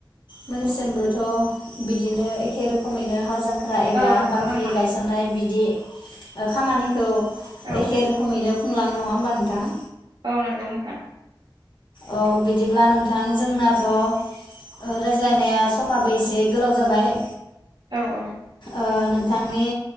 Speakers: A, on the left; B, on the right.
A: मोनसोमबोथ बिदिनो एखे रोखोमैनो हा जांख ख्रा एबा
B: नंगौ
A: बाख्रि
B: नोंथां
A: गायसननाय बिदि ओ खामानिखौ
B: औ
A: एखे रोखोमैनो खुंलाङो नङा ओबा नोंथां।
B: औ नंगौ नोंथां।
A: औ बिदिब्ला नोंथा थां जोंनाथ ओ रायज्लायनाया समा बै से गोलाव जाबाय।
B: औ औ।
A: ओ नोंथांनि